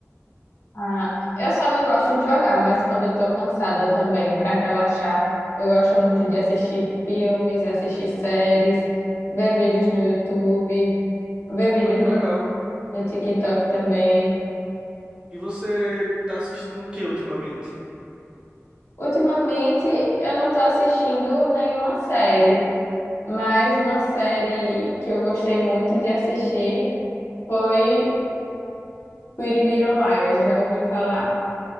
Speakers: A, on the left; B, on the right.
A: Ah, eu só não gosto de jogar, mas quando eu tô cansada também, pra relaxar, eu gosto muito de assistir filmes, assistir séries, ver vídeos no YouTube, ver vídeos
B: Ah, que
A: no,
B: legal.
A: no TikTok também.
B: E você tá assistindo o que ultimamente?
A: Ultimamente, eu não tô assistindo nenhuma série, mas uma série que eu gostei muito de assistir foi Pretty Little Liars, já ouviu falar?